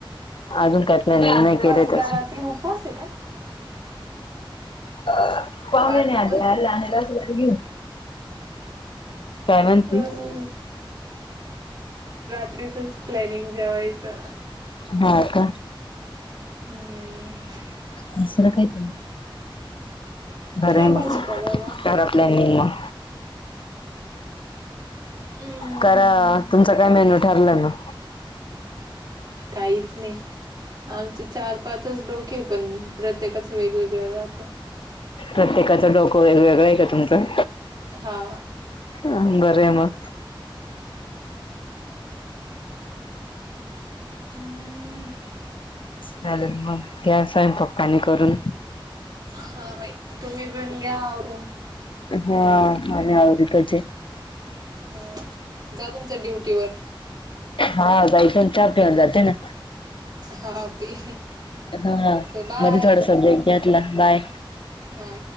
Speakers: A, on the left; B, on the right.
A: अजून काही प्लॅनिंग नाही केलं
B: बाईला
A: तसं.
B: रात्री उपवास आहे का
A: पाहुण्यांनी
B: पाचच
A: आणेल.
B: जण
A: आणलं असेल तर ये घेऊन. काय म्हणती?
B: अ फ्रीचच प्लानिंग जेवायचे.
A: हा का.
B: हम्. ह.
A: दुसरं काही नाही. बरं
B: काय
A: आहे. मग
B: भाजी करावा
A: घरातले निम्मा.
B: हम्म
A: करा. तुमच काय मेन्यू ठरला मग?
B: काहीच नाही. आमचे चार-पाच च डोके पण, प्रत्येकाच वेगवेगळ राहते.
A: प्रत्येकाचं डोकं वेगळं वेगळं आहे का तुमचं.
B: हा.
A: हम्म, बरं आहे मग.
B: <unintelligible> <unintelligible>
A: चालेल मग घ्या. स्वयंपाक पाणी करून.
B: हा बाई तुम्ही पण घ्या आवरून.
A: हा आम्ही आवरतोच आहे.
B: हा जा तुमच्या ड्युटीवर
A: हा जाईन चहा पिऊन जाते ना.
B: हा पे.
A: हा
B: चल बाय
A: मध्ये थोडासा ब्रेक घेतला बाय.
B: हा.